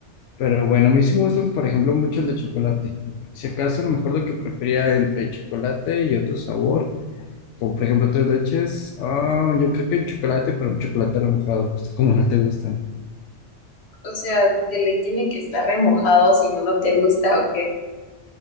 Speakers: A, on the left; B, on the left.
A: Pero bueno, a mí sí me gustan, por ejemplo, mucho el de chocolate. Si acaso, a lo mejor lo que prefería entre chocolate y otro sabor. O, por ejemplo, tres leches. Ah, yo creo que chocolate, pero chocolate no mojado, justo como no te gustan.
B: O sea, de ley tiene que estar remojado si no, no te gusta o qué.